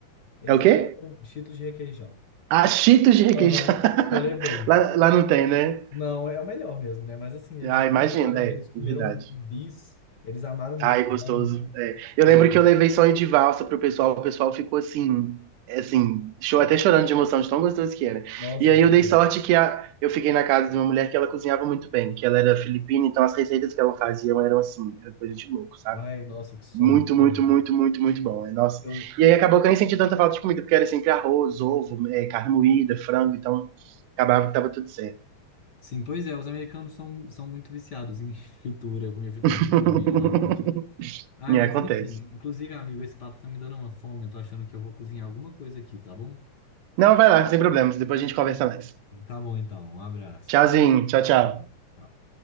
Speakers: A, on the left; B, on the right.
A: Eles
B: É o
A: amaram
B: quê?
A: Cheetos de requeijão,
B: Ah, Cheetos de requeijão.
A: Aham.
B: <laughs>
A: que eu levei.
B: Lá, lá não tem, né?
A: Não, é o melhor mesmo, né? Mas assim, eles
B: Ah,
A: amaram,
B: imagina, é,
A: eles comeram
B: verdade.
A: muito bis, eles amaram
B: Ai,
A: bisão.
B: gostoso. é. Eu
A: Pois
B: lembro que
A: é.
B: eu levei sonho de valsa pro pessoal, o pessoal ficou assim, é, assim, cho- até chorando de emoção, de tão gostoso que era.
A: Nossa,
B: E aí
A: pois
B: eu dei
A: é.
B: sorte que a- eu fiquei na casa de uma mulher que ela cozinhava muito bem, que ela era filipina, então as receitas que ela fazia eram assim, era coisa de louco, sabe?
A: Ai, nossa, que sonho,
B: Muito, muito,
A: sério.
B: muito, muito, muito bom. é, Nossa.
A: Eu-
B: E aí acabou que eu nem senti tanta falta de comida, porque era sempre arroz, ovo, é, carne moída, frango, então acabava que tava tudo certo.
A: Sim, pois é, os americanos são, são muito viciados em <laughs> fritura, eu comia fritura
B: <laughs>
A: no café da manhã, à noite. Ai,
B: E
A: mas
B: aí acontece.
A: enfim, inclusive, amigo, esse papo tá me dando uma fome, eu tô achando que eu vou cozinhar alguma coisa aqui, tá bom?
B: Não, vai lá, sem problemas. Depois a gente conversa mais.
A: Tá bom, então, um abraço.
B: Tchauzinho, tchau, tchau.
A: Tá bom, Tchau.